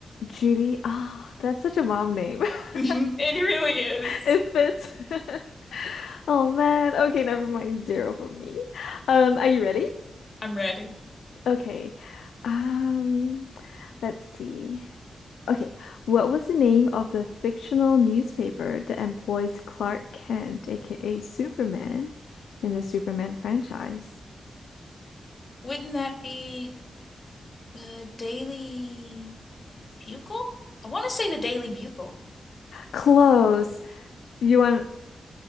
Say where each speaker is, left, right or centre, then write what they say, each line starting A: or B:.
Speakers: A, on the left (about 85°); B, on the left (about 50°).
A: Judy. Ah, that's such a mom name. <laughs>
B: It really is.
A: It fits. <laughs> Oh man. Okay, never mind. Zero for me. Um, are you ready?
B: I'm ready.
A: Okay. Um, let's see. Okay. What was the name of the fictional newspaper that employs Clark Kent, aka Superman, in the Superman franchise?
B: Wouldn't that be the Daily Bugle? I want to say the Daily Bugle.
A: Close. You want